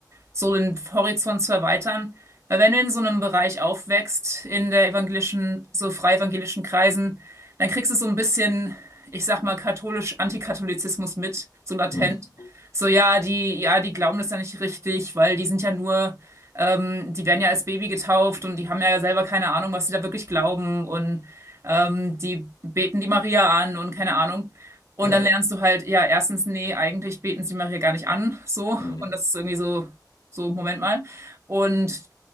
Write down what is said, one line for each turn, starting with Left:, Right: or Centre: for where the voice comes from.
Right: so den Horizont zu erweitern. Weil wenn du in so einem Bereich aufwächst, in der evangelischen, so frei evangelischen Kreisen, dann kriegst du so ein bisschen, ich sag mal, katholisch Antikatholizismus mit, so latent.
Left: hm,
Right: So, ja, die, ja, die glauben das ja nicht richtig, weil die sind ja nur, ähm, die werden ja als Baby getauft und die haben ja selber keine Ahnung, was sie da wirklich glauben und ähm, die beten die Maria an und keine Ahnung. Und
Left: ja.
Right: dann lernst du halt, ja, erstens, nee, eigentlich beten sie Maria gar nicht an, so.
Left: Hm,
Right: Und das ist irgendwie so so, Moment mal. Und